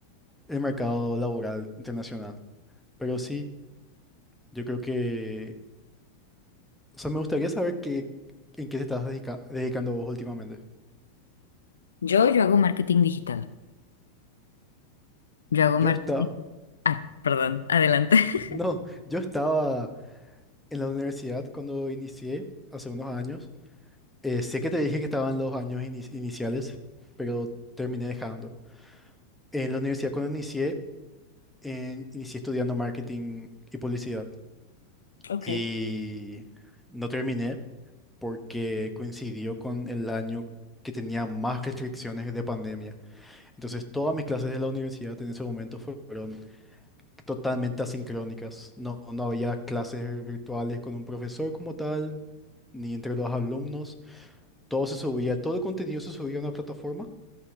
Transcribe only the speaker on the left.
Yo, yo hago marketing digital. Yo hago
marketing.
Ah, perdón, adelante. <laughs>
Ok,